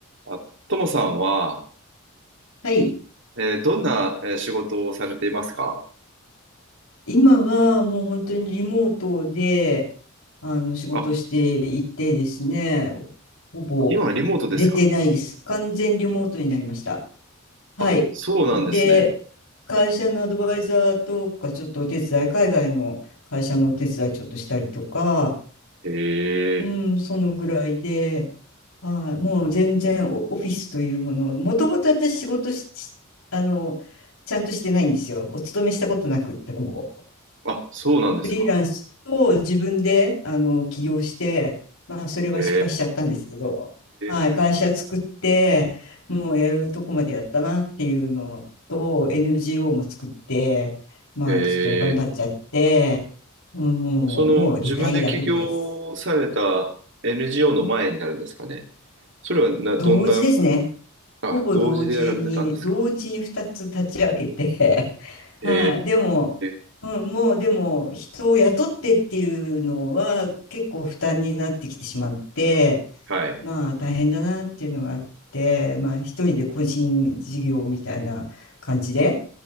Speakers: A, on the right; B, on the left.
A: あ、ともさんは、
B: はい。
A: えーどんな、えー仕事をされていますか
B: 今はもう本当にリモートで、あの、仕事していてですね、
A: あ、
B: ほぼ
A: 今はリモートですか
B: 出てないです。完全リモートになりました。はい。
A: あ、そうなんですね。
B: で、会社のアドバイザーとか、ちょっとお手伝い、海外の会社のお手伝いちょっとしたりとか、
A: へえ。
B: うん、そのぐらいで、はい、もう全然オ、オフィスというものを、もともと私仕事し、しあの、ちゃんとしてないんですよ。お勤めしたことなくって、ほぼ。
A: あ、そうなんですか。
B: フリーランスと自分であの起業して、まあ、それは失敗しちゃったんですけど、
A: へ
B: はい、
A: え。
B: 会社作って、もうやるとこまでやったなっていうのと、NGO も作って、まあ、
A: え
B: ちょっと頑張っちゃって、うんもう、
A: ーその、
B: もうリタイア組です。
A: 自分で起業された NGO
B: うん。
A: の前になるんですかね。それはな、
B: 同時ですね。
A: どんな、あ、
B: ほぼ同時に、
A: 同時でやられてたんですか
B: 同時に2つ立ち上げて、<laughs> はい、
A: へ
B: でも、
A: え。
B: うん、もうでも人を雇ってっていうのは結構負担になってきてしまって、
A: はい。
B: まあ大変だなっていうのがあって、まあ一人で個人事業みたいな感じで